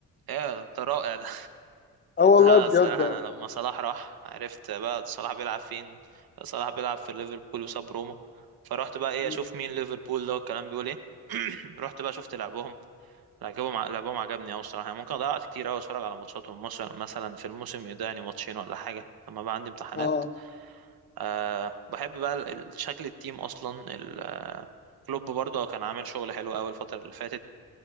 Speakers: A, on the right; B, on the left.
A: يا ده رائع ده
B: اه والله
A: لا
B: بجد
A: الصراحة أنا لما صلاح راح عرفت بقى صلاح بيلعب فين صلاح بيلعب في ليفربول وساب روما فروحت بقى إيه
B: يعني.
A: أشوف مين ليفربول ده والكلام بيقول إيه <clears throat> رحت بقى شفت لعبهم لعبهم ع- لعبهم عجبني أوي الصراحة يعني ممكن ضيعت كتير أوي أتفرج على ماتشاتهم مثلا مثلا في الموسم يضيعني ماتشين ولا حاجة لما بقى عندي امتحانات
B: اه
A: أه بحب بقى ال- ال- شكل التيم أصلا ال- آه، كلوب برضه كان عامل شغل حلو أوي الفترة اللي فاتت